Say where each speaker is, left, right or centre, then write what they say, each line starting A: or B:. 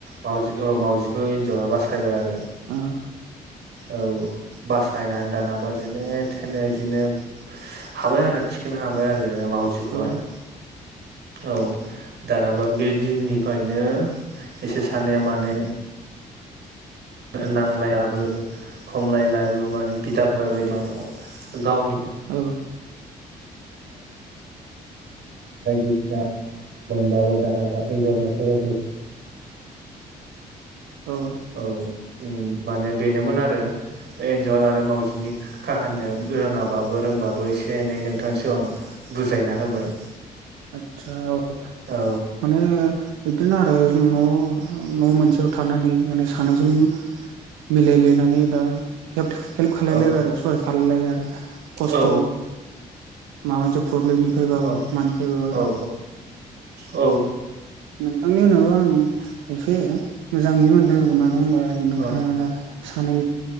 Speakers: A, on the right; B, on the right.
A: मावउजि औ मावउजिखौ एन्जरआ बासायबाय आरो।
B: अ।
A: औ बासायनानै दानाबा जेने थेने बिदिनो हाबाय आरो थिखनो। हाबाय आरो मावजिखौहाय।
B: औ
A: औ दानाबा बे दिननिफ्रायनो एसे सानै माने नांलायाबो खमलायलाबो माने बिदा फंबाय बायदि माने गावनि
B: औ
A: <inaudible> मोनबाबो दानाबा एनजरनोसो होफैयो।
B: ओ
A: औ माने बेनोमोन आरो। एनजर आरो मावजिनि खाहानिया ब रोङाबाबो रोंबाबो एसे एनै नोंथांनि सिगांयाव आं बुजायना होबाय।
B: आतसा औ
A: औ
B: माने बिदिनो आरो न' न' मोनसेयाव थानानै माने सानैजों मिलाय लायनानै दा। हेल्प खालामलायबाय
A: औ
B: आरो सहाय खालामाय लायबाय आरो खस्थ'
A: औ
B: माबा मोनसे प्रब्लेमनिफ्रायबाबो
A: औ
B: मानिफ्रायबाबो आरो
A: औ औ
B: बिथांनि उनावबो आं एसे मोजाङै मोनदों मानो होनबा नोंथाङा
A: औ
B: दा सानै